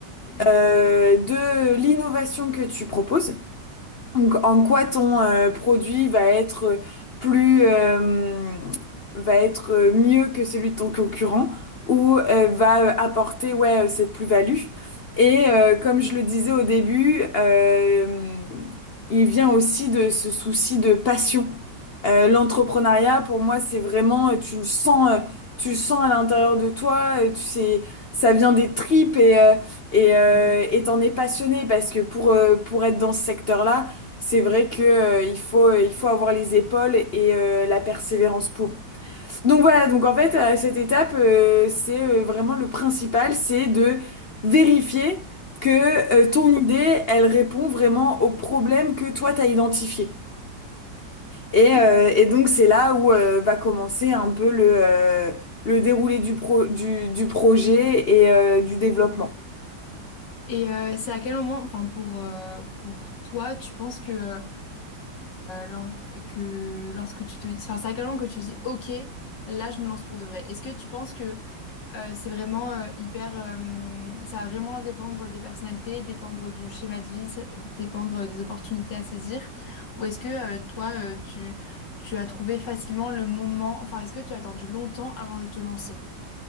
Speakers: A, on the left; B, on the left.
A: Mhm.
B: euh, de l'innovation que tu proposes. Donc, En quoi ton euh, produit va être euh, plus euh, va être euh, mieux que celui de ton concurrent ou euh, va euh, apporter ouais euh, cette plus-value. Et euh, comme je le disais au début, euh, il vient aussi de ce souci de passion. Euh, l'entrepreneuriat pour moi c'est vraiment euh, tu le sens euh, tu le sens à l'intérieur de toi, euh, tu sais ça vient des tripes et euh, et euh,
A: Mhm.
B: et t'en es passionné parce que pour euh, pour être dans ce secteur-là c'est vrai que euh, il faut euh, il faut avoir les épaules et euh, la persévérance pour. Donc voilà, donc en fait à cette étape euh, c'est euh, vraiment le principal, c'est de vérifier que euh, ton idée, elle répond vraiment au problème que toi t'as identifié. Et euh, et donc c'est là où euh, va commencer un peu le euh, le déroulé du pro du du projet et euh, du développement.
A: Et euh, c'est à quel moment, enfin pour, euh, pour toi, tu penses que, euh, lors- que lorsque tu te dis, enfin c'est à quel moment que tu te dis, ok, là je me lance pour de vrai. Est-ce que tu penses que euh, c'est vraiment euh, hyper, euh, ça va vraiment dépendre des personnalités, dépendre du schéma de vie, ça- dépendre des opportunités à saisir, ou est-ce que euh, toi euh, tu, tu as trouvé facilement le moment, enfin est-ce que tu as attendu longtemps avant de te lancer?